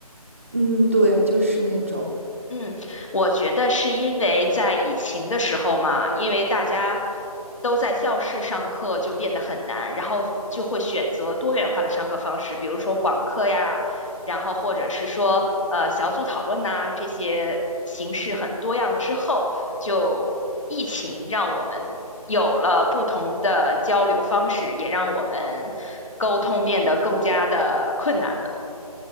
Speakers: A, on the right; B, on the left.
A: 嗯，对，就是那种。
B: 嗯，我觉得是因为在疫情的时候嘛，因为大家都在教室上课，就变得很难，然后就会选择多元化的上课方式，比如说网课呀，然后或者是说呃小组讨论呐，这些形式很多样之后，就疫情让我们有了不同的交流方式，也让我们沟通变得更加的困难了。